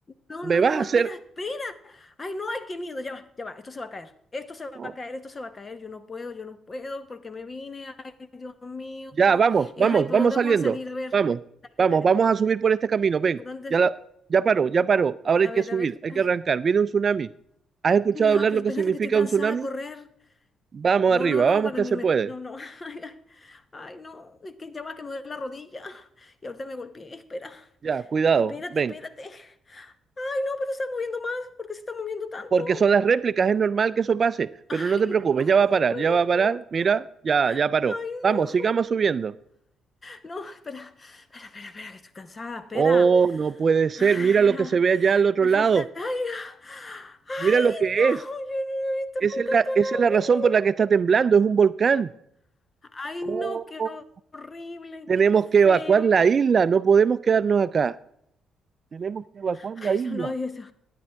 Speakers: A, on the left (about 30°); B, on the right (about 40°).
A: No,
B: me
A: no,
B: vas
A: no,
B: a hacer.
A: espera, espera. Ay, no, ay, qué miedo. Ya va, ya va. Esto se va a caer. Esto se va
B: No,
A: a caer, esto se va a caer. Yo no puedo, yo no puedo porque me vine. Ay, Dios mío.
B: Ya, vamos,
A: Y,
B: vamos,
A: ay, ¿por
B: vamos
A: dónde
B: saliendo.
A: vamos a salir? A ver.
B: Vamos,
A: Dale,
B: vamos,
A: dale.
B: vamos a subir por este camino. Ven,
A: ¿Por dónde?
B: ya, la- ya paró, ya paró. Ahora
A: A
B: hay
A: ver,
B: que subir,
A: a ver.
B: hay
A: Ay,
B: que arrancar. Viene un tsunami. ¿Has escuchado
A: ay, no, ya,
B: hablar
A: pero
B: lo
A: espérate
B: que significa
A: que estoy cansada
B: un tsunami?
A: de correr.
B: Vamos
A: No,
B: arriba,
A: no, no,
B: vamos
A: pero
B: que
A: ni
B: se
A: me.
B: puede.
A: No, no. <laughs> Ay, ay, Ay, no. Es que ya va que me duele la rodilla. Y ahorita me golpeé. Espera.
B: Ya, cuidado,
A: Espérate,
B: ven.
A: espérate. Ay, no, pero se está moviendo más. ¿Por qué se está moviendo tanto?
B: porque son las réplicas, es normal que eso pase, pero
A: Ay,
B: no te preocupes,
A: no, <laughs>
B: ya va a parar,
A: pero
B: ya va a parar,
A: ¿por
B: mira,
A: qué?
B: ya, ya paró.
A: Ay,
B: Vamos,
A: no.
B: sigamos subiendo.
A: No, espera, espera, espera, espera, que estoy cansada, espera.
B: Oh, no puede ser,
A: Ay,
B: mira lo que
A: ah,
B: se ve allá al otro
A: me
B: lado,
A: falta. Ay, ah, ay,
B: mira lo que
A: no,
B: es.
A: yo no he visto
B: Esa
A: nunca
B: es la,
A: esto en
B: esa
A: la
B: es la razón por la
A: vida.
B: que está temblando, es un volcán.
A: Ay,
B: Oh,
A: no, qué horrible,
B: tenemos
A: qué feo.
B: que evacuar la isla, no podemos quedarnos acá. Tenemos que evacuar
A: Ay,
B: la isla.
A: no, no, y eso.